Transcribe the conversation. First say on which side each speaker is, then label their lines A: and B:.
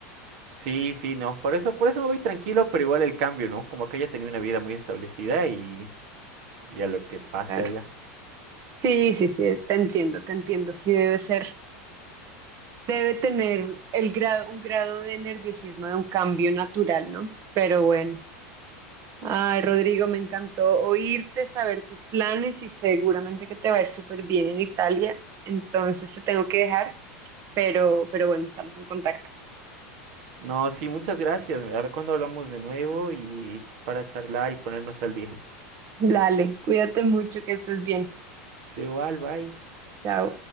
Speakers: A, on the right; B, on the right.
A: Sí, sí, no. Por eso, por eso me voy tranquilo, pero igual el cambio, ¿no? Como acá ya tenía una vida muy establecida y, y a lo que pase
B: claro.
A: allá.
B: Sí, sí, sí, te entiendo, te entiendo. Sí debe ser, debe tener el grado, un grado de nerviosismo de un cambio natural, ¿no? Pero bueno. Ay, Rodrigo, me encantó oírte, saber tus planes y seguramente que te va a ir súper bien en Italia. Entonces te tengo que dejar, pero, pero bueno, estamos en contacto.
A: No, sí, muchas gracias. A ver cuándo hablamos de nuevo y para charlar y ponernos al día.
B: Dale, cuídate mucho, que estés bien.
A: Te igual, bye.
B: Chao.